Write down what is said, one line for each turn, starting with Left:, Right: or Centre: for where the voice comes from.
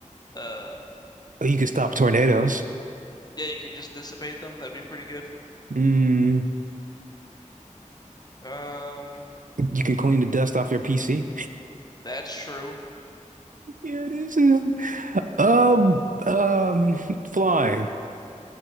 Left: Uh,
Right: Or You can stop tornadoes.
Left: yeah, you can just dissipate them. That'd be pretty good.
Right: Mm,
Left: Um,
Right: you can clean the dust off your PC.
Left: that's true.
Right: Yeah, this is um um flying.